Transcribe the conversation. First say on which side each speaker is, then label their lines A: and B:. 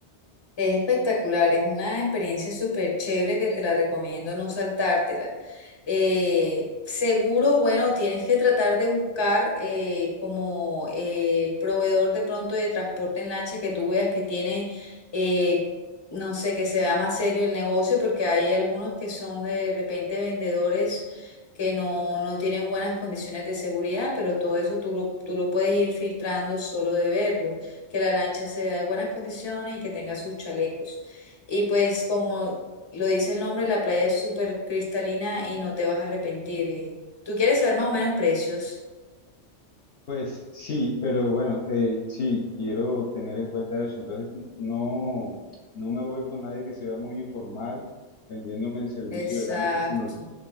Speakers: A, on the left; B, on the left.
A: Es espectacular, es una experiencia súper chévere que te la recomiendo no saltártela. Eh, seguro, bueno, tienes que tratar de buscar eh, como eh, el proveedor de pronto de transporte en lancha que tú veas que tiene, eh, no sé, que se vea más serio el negocio, porque hay algunos que son de repente vendedores que no, no tienen buenas condiciones de seguridad, pero todo eso tú lo, tú lo puedes ir filtrando solo de verlo que la lancha sea de buenas condiciones y que tenga sus chalecos. Y pues como lo dice el nombre, la playa es súper cristalina y no te vas a arrepentir. Y tú quieres saber más o menos precios.
B: Pues sí, pero bueno, eh, sí, quiero tener en cuenta eso. Entonces, no, no me voy con nadie que se vea muy informal vendiéndome el servicio
A: Exacto.
B: de lancha, sino